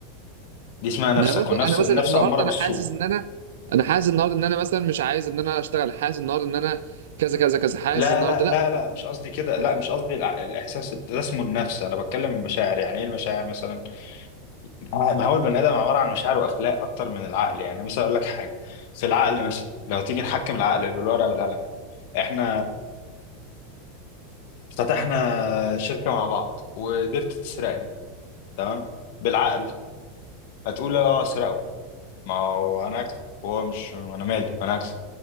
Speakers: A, on the left; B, on the right.
A: دي اسمها نفسك
B: ما هي برضو
A: والنفس
B: انا مثلا
A: النفس
B: النهارده
A: أمارة بالسوء
B: انا حاسس ان انا انا حاسس النهارده ان انا مثلا مش عايز ان انا اشتغل حاسس النهارده ان انا كذا كذا كذا حاسس
A: لا
B: النهارده
A: لا لا
B: لا
A: لا مش قصدي كده لا
B: ان
A: مش قصدي الع- الإحساس ده اسمه النفس أنا بتكلم المشاعر يعني إيه المشاعر مثلا ما هو البني آدم عبارة عن مشاعر وأخلاق أكتر من العقل يعني مثلا أقول لك حاجة في العقل مثلا لو تيجي نحكم العقل بالورقة والقلم إحنا افتتحنا شركة مع بعض وقدرت تسرقني تمام بالعقل هتقول اه سرقوا ما هو انا اكسب هو مش انا مالي انا اكسب